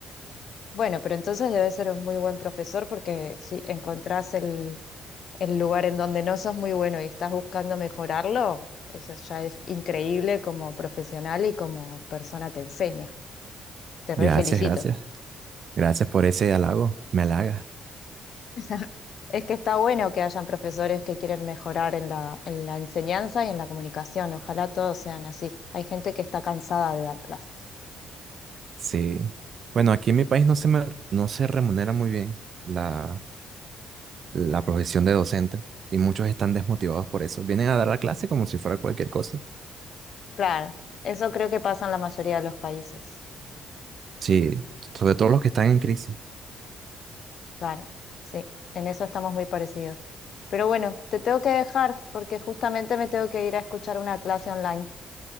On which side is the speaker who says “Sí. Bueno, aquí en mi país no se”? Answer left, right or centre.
Right